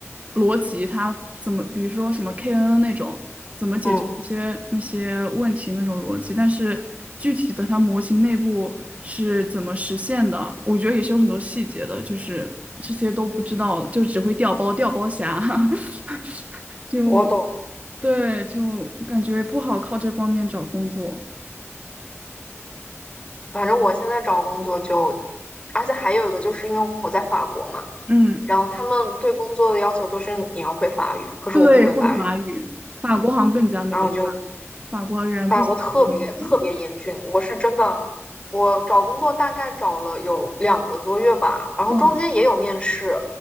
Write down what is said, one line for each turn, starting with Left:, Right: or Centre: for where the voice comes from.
Right: 逻辑，它怎么，比如说什么 KNN 那种，怎么解决那些那些问题那种逻辑，
Left: 嗯，
Right: 但是具体的它模型内部是怎么实现的，我觉得也是有很多细节的，就是这些都不知道，就只会调包调包侠。<laughs> 就
Left: 我懂。
Right: 对，就感觉不好靠这方面找工作。
Left: 反正我现在找工作就，而且还有一个就是因为我在法国嘛，
Right: 嗯，
Left: 然后他们对工作的要求都是你要会法语，可是我不会法语，
Right: 对，会法法国好像更加那个法法国人不喜欢学英语。
Left: 然后就法国特别特别严峻，我是真的，我找工作大概找了有两个多月吧，然后中间也有面试，
Right: 嗯